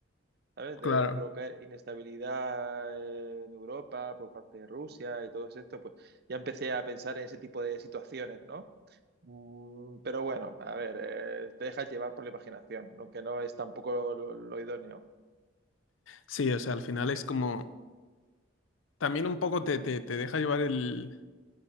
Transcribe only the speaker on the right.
¿sabes? De
provocar inestabilidad eh, en Europa por parte de Rusia y todo esto, pues ya empecé a pensar en ese tipo de situaciones, ¿no? Mm, pero bueno, a ver, eh, te dejas llevar por la imaginación, lo que no es tampoco lo, lo idóneo.